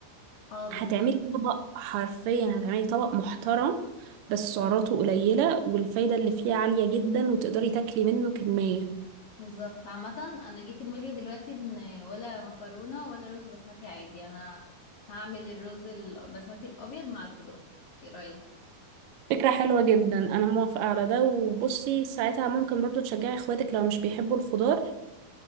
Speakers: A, on the left (about 75°); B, on the right (about 75°).
A: اه بالظبط
B: هتعملي طبق حرفيا هتعملي طبق محترم بس سعراته قليله والفايده اللي فيه عاليه جدا وتقدري تاكلي منه كميه
A: بالظبط عامة أنا جه في دماغي دلوقتي إن ولا مكرونة ولا رز بسمتي عادي أنا هعمل الرز البسمتي الأبيض مع الخضار ايه رأيك؟
B: فكره حلوه جدا انا موافقه على ده وبصي ساعتها ممكن برضو تشجعي اخواتك لو مش بيحبوا الخضار